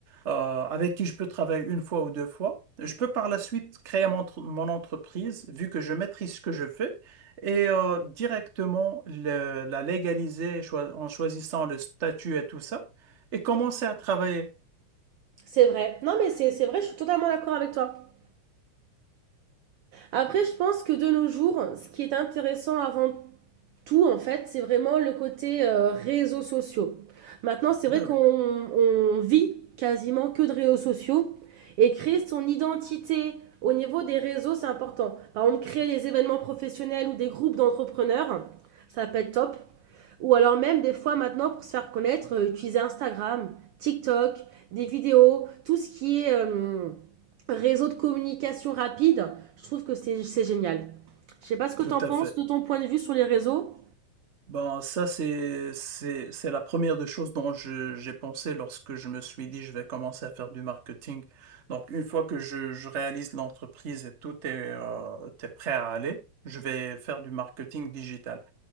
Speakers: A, on the right (about 40°); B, on the right (about 75°).
A: euh, avec qui je peux travailler une fois ou deux fois, je peux par la suite créer mon, entre- mon entreprise, vu que je maîtrise ce que je fais, et euh, directement le- la légaliser choi- en choisissant le statut et tout ça, et commencer à travailler.
B: C'est vrai. Non, mais c'est c'est vrai, je suis totalement d'accord avec toi. Après, je pense que de nos jours, ce qui est intéressant avant tout, en fait, c'est vraiment le côté euh, réseaux sociaux. Maintenant, c'est vrai
A: Ben
B: qu'on
A: oui,
B: on vit quasiment que de réseaux sociaux et créer son identité au niveau des réseaux, c'est important. Par exemple, créer des événements professionnels ou des groupes d'entrepreneurs, ça peut être top. Ou alors même des fois maintenant pour se faire connaître, euh, utiliser Instagram, TikTok, des vidéos, tout ce qui est euh, réseau de communication rapide, je trouve que c'est c'est génial. Je sais pas ce que
A: tout
B: tu en penses
A: à fait.
B: de ton point de vue sur les réseaux.
A: Ben, ça, c'est, c'est, c'est la première des choses dont je- j'ai pensé lorsque je me suis dit, je vais commencer à faire du marketing. Donc, une fois que je, je réalise l'entreprise et tout est, euh, t'es prêt à aller, je vais faire du marketing digital.